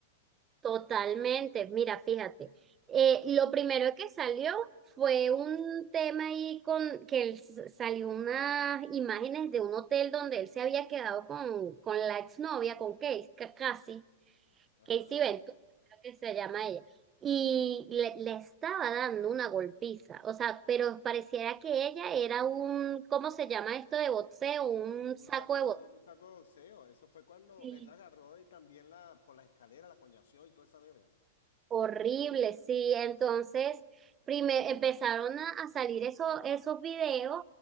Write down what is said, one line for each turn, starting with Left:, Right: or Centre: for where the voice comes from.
Right: totalmente, mira, fíjate, eh, lo primero que salió fue un tema ahí con que él s- salió unas imágenes de un hotel donde él se había quedado con, con la exnovia, con Kate, ca- casi.
Left: Ajá.
Right: Casey Ventura, creo que se llama ella. Y le, le estaba dando una golpiza, o sea, pero pareciera que ella era un, ¿cómo se llama esto de boxeo? Un
Left: Un
Right: saco
Left: saco,
Right: de
Left: de- un saco de boxeo. Eso fue cuando
Right: boxeo.
Left: él la agarró y también la por las escaleras la coñació y toda esa verga.
Right: Horrible, sí. Entonces, prime- empezaron a, a salir eso, esos videos,